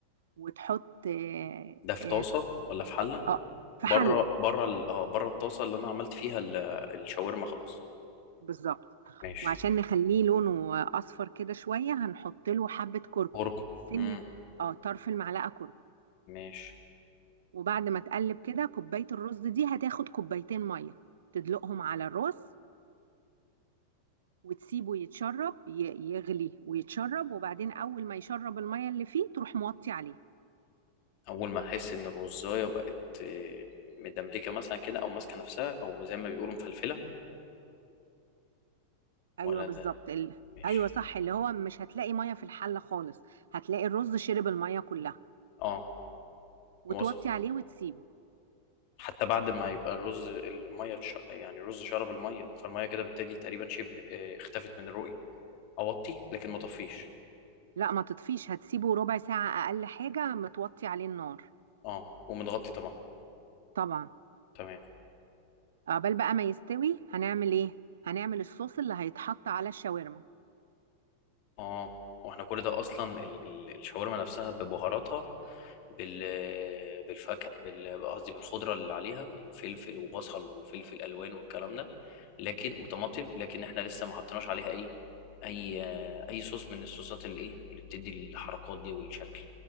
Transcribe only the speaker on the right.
وتحط آه
آه
آه، في
حلة
بالظبط
وعشان نخليه لونه اصفر كده شويه هنحط له حبه كركم
سنه
اه طرف المعلقه كركم
وبعد ما تقلب كده كوبايه الرز دي هتاخد كوبايتين ميه تدلقهم على الرز وتسيبه يتشرب ي- يغلي ويتشرب وبعدين اول ما يشرب الميه اللي فيه تروح موطي عليه
ايوه
بالظبط ال...
ايوه صح اللي هو مش هتلاقي ميه في الحله خالص هتلاقي الرز شرب الميه كلها
وتوطي
عليه وتسيبه
لا ما تطفيش هتسيبه ربع ساعة أقل حاجة متوطي عليه النار
طبعا
عقبال بقى ما يستوي هنعمل إيه؟ هنعمل الصوص اللي هيتحط على الشاورما